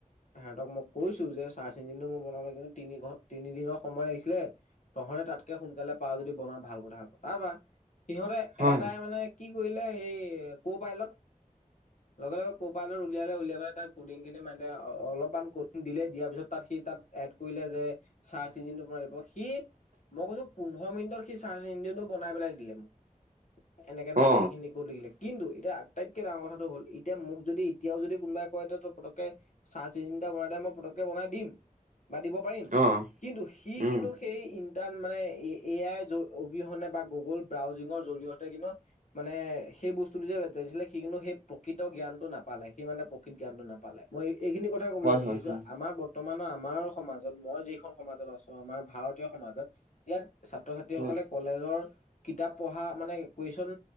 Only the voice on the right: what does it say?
হয়
অ
অ
উম
হয়
হয় হয়
হয়